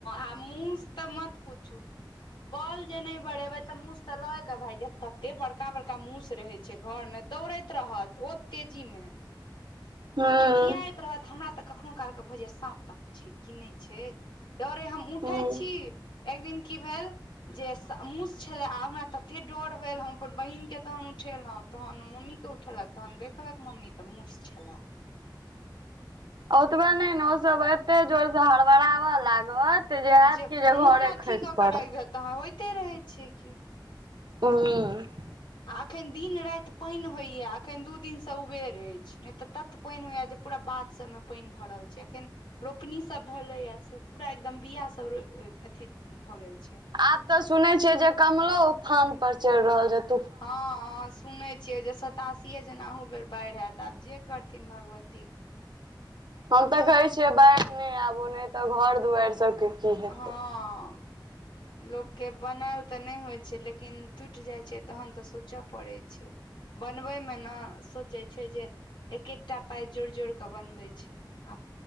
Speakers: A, on the left (about 75°); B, on the right (about 65°).
A: आ मुस तऽ मत पूछु बल जे नहि बढ़ेबे ते मूस ते लय के भाय जे तते बड़का बड़का मुस रहे छै घरमे दौड़ैत रहत ओत तेजी मे
B: हूँ
A: आ केकियाइत रहत हमरा तऽ कखनो कालके भऽ जाय साँप ताँप छै कि नहि छै डरे हम उठै
B: हूँ
A: छी एक दिन की भेल जे मुस छले आ हमरा ततथे डर भेलल हम अपन बहिन के तहन उठेलहुँ तहन ओ मम्मी के उठेलक तहन देखलक मम्मी तऽ मूस छले
B: ओतबे नहि ने ओ सब एते जोर से हड़बड़बऽ लागत हयत
A: जे
B: कि
A: मोन
B: घरे
A: अथी
B: खसि
A: कऽ
B: पड़त
A: के राखि देत तहाँ होइते रहे छी की
B: ह
A: आ एखन दिन राति पानि होइया एखन दू दिनसँ उबेर अछि नहि तऽ तत पानि होइया जे पूरा बाध सबमे पानि भ रहल छै अखन रोपनी सब भेलै या से पूरा एकदम बिआ सब अथी भऽ गेल छै
B: आब ते सुन छे जे कमलो उफान पर चढ़ रहल जेत
A: हँ हँ सुनैत छियै जे सतासीे जेना अहूँ बेर बाढ़ि हत आब जे करथिन भगवती
B: हम तऽ कहै छियै बाढ़ि नहि आबू नहि तऽ घर दुआरि सबके की हेतै
A: हँ लोकके बनायल तऽ नहि होइ छै लेकिन टूटि जाइ छै तहन तऽ सोचऽ पड़ै छै बनबै मे न सोचे छै जे एक एकटा पाइ जोड़ि जोड़ कऽ बनबै छै आ